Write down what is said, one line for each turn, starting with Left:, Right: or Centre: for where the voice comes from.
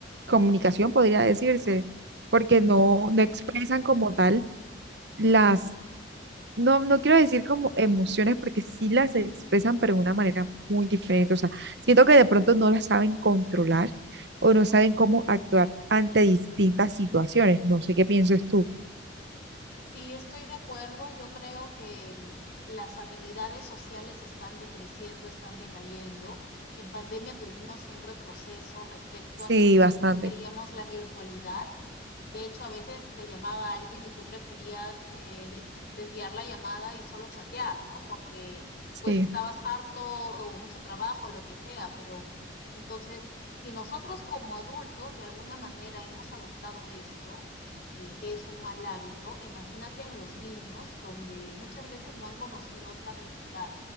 Right: Comunicación podría decirse, porque no,
Left: Y yo
Right: no expresan como tal las, no, no quiero decir como emociones, porque sí las expresan, pero de una manera muy diferente. O sea, siento que de pronto no las saben controlar o no saben cómo actuar ante distintas situaciones. No sé qué piensas tú.
Left: Sí, estoy de acuerdo. Yo creo que mm, las habilidades sociales están decreciendo, están decayendo. En pandemia tuvimos un retroceso respecto
Right: Sí,
Left: a que
Right: bastante.
Left: Sí. preferíamos la virtualidad. De hecho, a veces te llamaba alguien y tú preferías eh, de- desviar la llamada y solo chatear, ¿no? Porque
Right: Sí,
Left: pues estabas sí. harto o mucho trabajo, lo que sea. Pero entonces, si nosotros como adultos de alguna manera hemos adoptado esto, eh, que es un mal hábito, imagínate en los niños donde muchas veces no han conocido otra realidad.